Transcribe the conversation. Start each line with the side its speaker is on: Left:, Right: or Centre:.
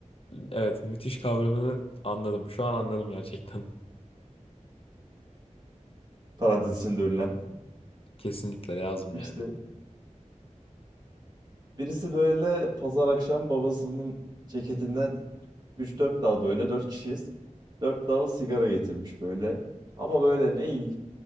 Left: evet müthiş kavramını anladım. Şu an anladım gerçekten.
Right: Parantez içinde ünlem.
Left: Kesinlikle lazım
Right: İşte
Left: yani.
Right: birisi böyle pazar akşam babasının ceketinden Üç dört dal böyle 4 kişiyiz. 4 dal sigara getirmiş böyle. Ama böyle ne